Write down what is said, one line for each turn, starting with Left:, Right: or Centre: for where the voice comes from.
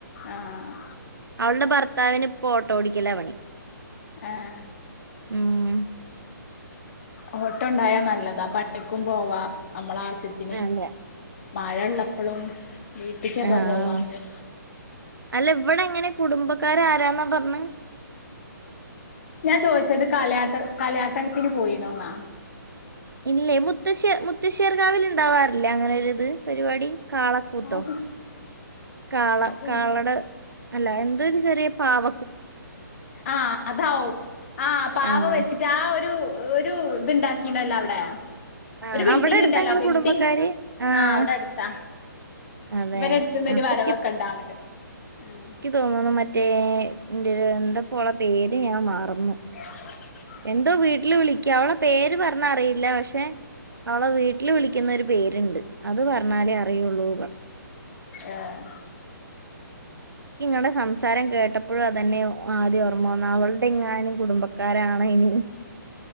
Left: ആഹ്
Right: അവളുടെ ഭർത്താവിന് ഇപ്പോ ഓട്ടോ ഓടിക്കലാ പണി
Left: ആഹ്
Right: ഉം
Left: ഓട്ടോണ്ടായാ നല്ലതാ പണിക്കും പോവാ നമ്മളാവശ്യ ത്തിന്
Right: അല്ല
Left: മഴ ഇള്ളപ്പളും വീട്ടിക്കൊക്കെ
Right: ആഹ്
Left: പോവാന്
Right: അല്ല ഇവടെ എങ്ങനെ കുടുംബക്കാര് ആരാന്നാ പർഞ്ഞേ
Left: ഞാൻ ചോദിച്ചത് കലയാട്ട കലയാട്ടത്തിന് പോയിനോ ന്നാ
Right: ഇല്ലേ മുത്തശ്ശ മുത്തശ്ശേർ കാവിൽ ഇണ്ടാവാറില്ലേ അങ്ങനോരി ഇത് പരിപാടി കാളക്കൂത്തോ
Left: അത്
Right: കാള
Left: അത്
Right: കാളടെ അല്ല എന്തരു ചെറിയ പാവ
Left: ആഹ അതാവും ആഹ പാവ
Right: ആഹ്
Left: വെച്ചിട്ട് ആ ഒരു ഒരു ഇത്ണ്ടാക്ക ങ്കിണ്ടല്ലോ അവിടെ
Right: ആഹ്
Left: ഒരു വിൽഡിങ്
Right: അവിടെ അടുത്താ
Left: ഉണ്ടല്ലോ
Right: ഇങ്ങളെ
Left: ബിൽഡിങ്
Right: കുടുംബക്കാര് ആഹ്
Left: ആ അവിടെ അടുത്താ
Right: അതെ
Left: ഇവരെടുത്തന്ന്
Right: അപ്പൊ
Left: ഒരു വരവൊക്കെ ഉണ്ടഅങ്ങിട്ട് ഉം
Right: തോന്നുന്നു മറ്റേ ന്റോരു എന്തപ്പോളേ പേര് ഞാൻ മറന്നു
Left: <unintelligible>
Right: എന്തോ വീട്ടില് വിളിക്കാ അവളെ പേര് പറഞ്ഞ അറിയില്ല പക്ഷെ അവളെ വീട്ടിൽ വിളിക്കുന്ന ഒരു പേരുണ്ട് അത് പറഞ്ഞാലേ അറിയുള്ളൂ
Left: ഏഹ്
Right: എനിക്ക് നിങ്ങളുടെ സംസാരം കേട്ടപ്പോഴും അതന്നെ ആദ്യം ഓർമ്മ വന്ന അവളുടെ ഇങ്ങാനും കുടുംബക്കാരാണ് ഇനി